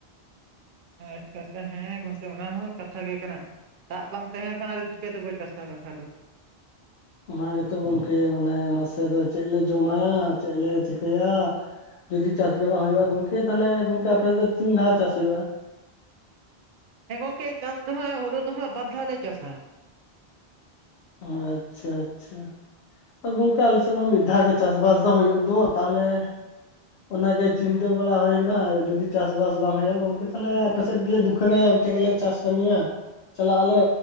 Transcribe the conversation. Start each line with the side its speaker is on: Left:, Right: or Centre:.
Right: ᱟᱪᱪᱷᱟ ᱟᱪᱪᱷᱟ <unintelligible> ᱦᱮᱸ ᱜᱚᱝᱠᱮ ᱚᱱᱟ ᱦᱚᱸ ᱠᱟᱛᱷᱟ ᱜᱮ ᱠᱟᱱᱟ ᱫᱟᱜ ᱵᱟᱝ ᱛᱟᱦᱮᱸ ᱠᱷᱟᱱ ᱟᱫᱚ ᱪᱤᱠᱟᱹ ᱛᱮᱵᱚ ᱪᱟᱥᱟ ᱠᱟᱛᱷᱟ ᱫᱚ
Left: ᱚᱱᱟ ᱜᱮᱛᱚ ᱜᱚᱝᱠᱮ ᱢᱟᱱᱮ ᱢᱟᱥᱮ ᱫᱚ ᱪᱮᱫ ᱞᱮ ᱡᱚᱢᱟᱭᱟ ᱪᱮᱫ ᱞᱮ ᱪᱤᱠᱟᱹᱭᱟ ᱡᱩᱫᱤ ᱪᱟᱥ ᱜᱮ ᱵᱟᱝ ᱦᱩᱭᱩᱜᱼᱟ ᱜᱚᱝᱠᱮ ᱛᱟᱦᱚᱞᱮ ᱜᱚᱝᱠᱮ ᱟᱯᱮ ᱥᱮᱫ ᱫᱚ ᱛᱤᱱ ᱫᱷᱟᱣ ᱪᱟᱥ ᱦᱩᱭᱩᱜᱼᱟ
Right: ᱦᱮᱸ ᱜᱚᱝᱠᱮ ᱪᱟᱥ ᱫᱚ ᱦᱟᱸᱜ ᱦᱳᱲᱩ ᱫᱚᱦᱟᱸᱜ ᱵᱟᱨᱫᱷᱟᱣ ᱞᱮ ᱪᱟᱥᱟ
Left: ᱚ ᱟᱪᱪᱷᱟ ᱟᱪᱪᱷᱟ ᱟᱨ ᱜᱚᱝᱠᱮ ᱟᱞᱮᱥᱮᱫ ᱢᱟ ᱢᱤᱫ ᱫᱷᱟᱣ ᱜᱮ ᱪᱟᱥ ᱵᱟᱥ ᱫᱚ ᱦᱳᱭᱳᱜ ᱫᱚ ᱛᱟᱦᱚᱞᱮ ᱚᱱᱟᱜᱮ ᱪᱤᱱᱛᱟᱹ ᱵᱟᱲᱟ ᱦᱩᱭᱮᱱᱟ ᱡᱩᱫᱤ ᱪᱟᱥ ᱵᱟᱥ ᱵᱟᱝ ᱦᱩᱭᱩᱜᱼᱟ ᱜᱚᱢᱠᱮ ᱛᱟᱦᱚᱞᱮ ᱟᱯᱮ ᱥᱮᱫ ᱜᱮᱞᱮ ᱫᱩᱠ ᱠᱷᱟᱱᱮᱹᱭᱟ ᱚᱱᱛᱮ ᱜᱮᱞᱮ ᱪᱟᱥ ᱠᱟᱹᱢᱤᱭᱟ ᱪᱟᱞᱟᱜ ᱟᱞᱮ